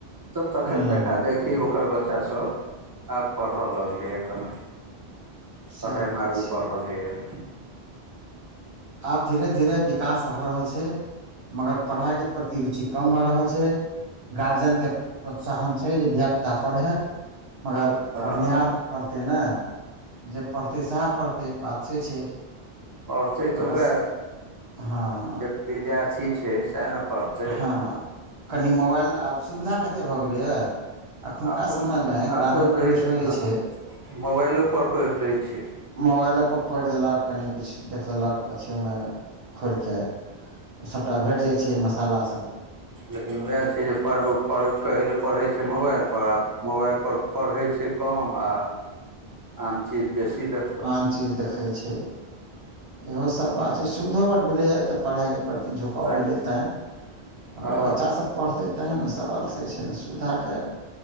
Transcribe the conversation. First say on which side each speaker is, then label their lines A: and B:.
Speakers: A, on the right; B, on the right.
A: तऽ तखन
B: हूं
A: देखा देखी ओकर बच्चा सभ आब पढ़य लगलैए कन
B: सही
A: पढ़ाइमे
B: बात
A: आगू
B: छै
A: बढ़ रहलैए
B: आब धीरे धीरे विकास भऽ रहल छै, मगर पढ़ाइके प्रति रुचि कम भऽ रहल छै गार्जियन के प्रोत्साहन छै जे धिया पुता पढ़है मगर
A: हँ
B: पढ़निहार पढ़तै ने जे पढ़तै सएह पढ़तै बात से छै
A: पढ़तै
B: मगर
A: तऽ वएह
B: हँ
A: जे विद्यार्थी छै सएह ने पढ़तै
B: हँ कनि मोबाइल आब सुविधा कतेक भऽ गेलैए। अखुनका
A: आब तऽ
B: समय मे ग्रामीण
A: आब तऽ
B: परवेश
A: रहै
B: मे जे
A: ने
B: छै
A: मोबाइलो पर पढ़ि लै छै
B: मोबाइलो पर पढ़ि लेलक कनि किछु देखि लेलक अथिओमे खोलि कऽ सभटा भेट जाइ छै मसाला सभ
A: लेकिन वएह छै जे पढ़ कहे ले पढ़े छै मोबाइल पर आ मोबाइल पर पढ़े छै कम आ आन चीज बेसी त
B: आन चीज देखैत छै इहो सभ बात छै सुविधो बड भेलैए तऽ पढ़ाइके प्रति झुकाव
A: तैं
B: भेलै ते अगर
A: हँ
B: बच्चा सब पढ़ते ते ने सवाल से छै फेनो सुविधा के